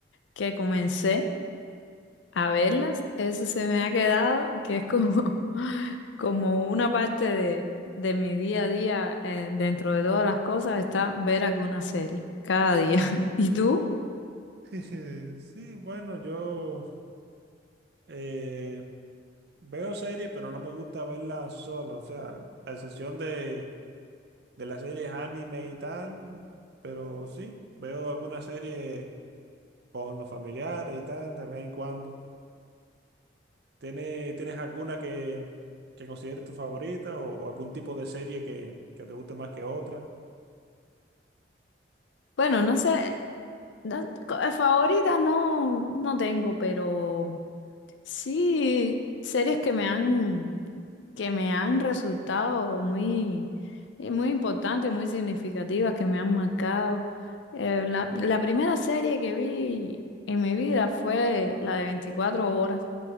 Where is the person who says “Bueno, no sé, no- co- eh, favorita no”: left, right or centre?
Left